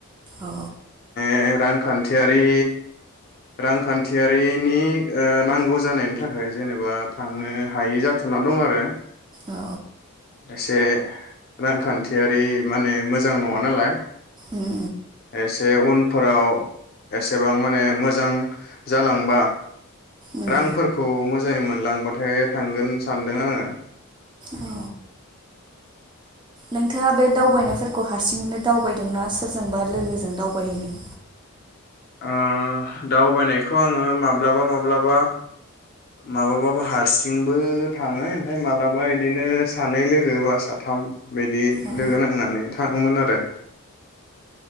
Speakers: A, on the right; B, on the left.
A: अ
B: ओ रांखान्थियारि रांखान्थियारिनि ओ नांगौ जानायनि थाखाय जेनेबा थांनो हायि जाथना दं आरो
A: अ
B: एसे रांखान्थियारि माने मोजां नङा नालाय
A: उम
B: एसे उन फोराव एसेबां माने मोजां जालांबा
A: उम
B: रांफोरखौ मोजाङै मोनलांबाथाय थांगोन सानदों आङो
A: उम अ नोंथाङा बे दावबायनायफोरखौ हारसिङैनो दावबायदोंना सोरजोंबा लोगोजों दावबायहैनो
B: ओ दावबायनायखौ आङो माब्लाबा माब्लाबा माब्लाबाबो हारसिंबो थाङो ओमफाय माब्लाबा बिदिनो सानै लोगो बा साथाम बिदि
A: अ
B: लोगो नांनानै थाङोमोन आरो